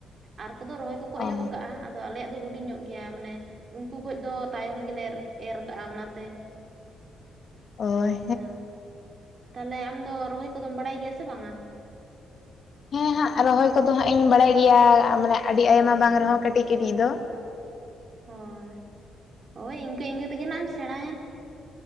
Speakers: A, on the right; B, on the left.
A: ᱟᱨ ᱠᱚᱫᱚ ᱨᱚᱦᱚᱭ ᱠᱚᱠᱚ ᱮᱦᱚᱵ
B: ᱚ
A: ᱟᱠᱟᱜᱼᱟ ᱟᱫᱚ ᱟᱞᱮᱭᱟᱜ ᱫᱚ ᱦᱩᱰᱤᱧ ᱧᱚᱜ ᱜᱮᱭᱟ ᱢᱟᱱᱮ ᱩᱱᱠᱩ ᱠᱷᱚᱡ ᱫᱚ ᱛᱟᱭᱚᱢ ᱜᱮᱞᱮ ᱮᱨ ᱟᱠᱟᱜᱼᱟ ᱚᱱᱟᱛᱮ
B: ᱦᱚᱭ
A: ᱦᱮᱸ ᱛᱟᱦᱚᱞᱮ ᱟᱢ ᱫᱚ ᱨᱚᱦᱚᱭ ᱠᱚᱫᱚᱢ ᱵᱟᱲᱟᱭ ᱜᱮᱭᱟ ᱥᱮ ᱵᱟᱝᱟ?
B: ᱦᱮᱸ ᱦᱟᱸᱜ ᱨᱚᱦᱚᱭ ᱠᱚᱫᱚ ᱦᱟᱸᱜ ᱤᱧ ᱵᱟᱲᱟᱭ ᱜᱮᱭᱟ ᱢᱟᱱᱮ ᱟᱹᱰᱤ ᱟᱭᱢᱟ ᱵᱟᱝ ᱨᱮᱦᱚᱸ ᱠᱟᱹᱴᱤᱡ ᱠᱟᱹᱴᱤᱡ ᱫᱚ
A: ᱦᱚᱭ ᱦᱚᱭ ᱤᱱᱠᱟᱹ ᱤᱱᱠᱟᱹ ᱛᱮᱜᱮ ᱱᱷᱟᱜ ᱮᱢ ᱥᱮᱸᱬᱟᱭᱟ